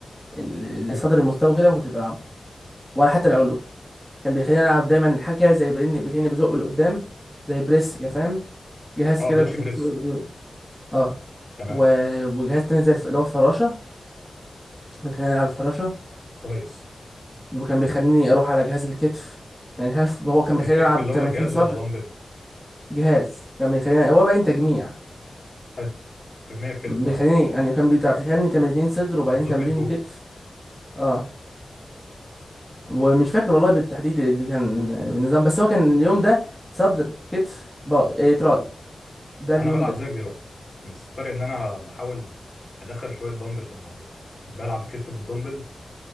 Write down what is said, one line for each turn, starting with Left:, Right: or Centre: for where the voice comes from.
Centre: ال-
Left: حلو
Centre: صدر المستوى كده ما كنتش بلعبه ولا حتى العلوي كان بيخليني العب دايما حاجه كده زي باني بيخليني بزقه لقدام زي بريس كده فاهم جهاز
Left: اه
Centre: كده
Left: بنش
Centre: بيخليك
Left: بريس
Centre: تزقه- اه
Left: تمام
Centre: و... وجهاز تاني زي الف- اللي هو الفراشه بيخليني العب فراشه
Left: كويس
Centre: وكان بيخليني اروح على جهاز الكتف يعني شايف هو كان بيخليني
Left: الكتف
Centre: العب
Left: اللي هو
Centre: تمرينتين
Left: جهاز
Centre: صدر
Left: ولا دمبل
Centre: جهاز كان بيخليني هو باين تجميع
Left: حلو تجميع كتف
Centre: بيخليني
Left: اه
Centre: يعني كان بيخليني تمرينتين صدر وبعدين
Left: بتزق
Centre: تمرين
Left: لفوق
Centre: كتف اه ومش فاكر والله بالتحديد اللي كان بالنظام بس هو كان اليوم ده صدر كتف با إيه تراي ده اليوم
Left: انا بلعب
Centre: ده
Left: زيك دلوقتي بس الفرق ان انا بحاول ادخل شويه دمبل في الموضوع بلعب الكتف بالدمبل